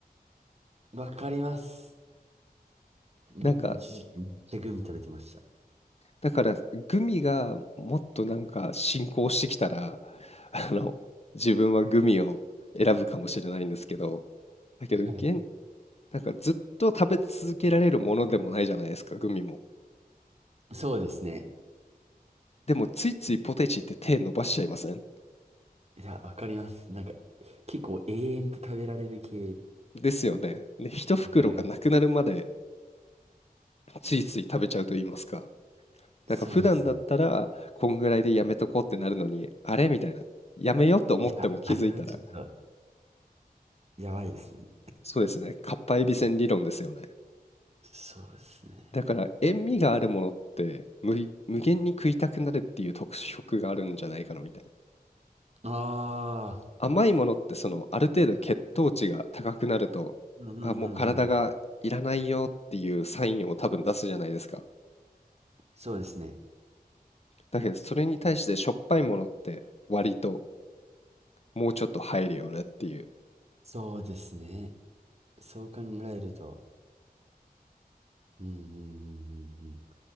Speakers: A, on the right (about 40°); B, on the left (about 40°).
A: うん。わかります。僕も一時期めっちゃグミ食べてまし
B: なんかだから、グミがもっとなんか進行してきたら、<laughs> あの、自分はグミを選ぶかもしれないんですけど、だけど、
A: た。
B: 現、
A: はい
B: なんかずっと食べ続けられるものでもないじゃないですか、グミも。
A: そうですね。
B: でも、ついついポテチって手伸ばしちゃいません
A: いや、わかります。なんか、結構永遠と食べられる系。
B: ですよね。で、一袋がなくなるまで
A: わかりま
B: ついつい食べちゃうと言いますか。なんか普段だったら、
A: す。そうですね。
B: こんぐらいでやめとこうってなるのに、あれみたいな。やめようと思っても気づいたら、
A: いや、あれはちょっと、やばいですね。
B: そうですね。かっぱえびせん理論ですよね。
A: そうですね。
B: だから塩味があるものって無い無限に食いたくなるっていう特色があるんじゃないかなみたいな。
A: あ
B: 甘いものってそのある程度血糖値が高くなると、
A: あ、なるほど。うんうんうんうん。
B: あ、もう体がいらないよっていうサインを多分出すじゃないですか。
A: そうですね。
B: だけどそれに対してしょっぱいものって割ともうちょっと入るよねっていう。
A: そうですね。そう考えると、うんうんうんうんうん。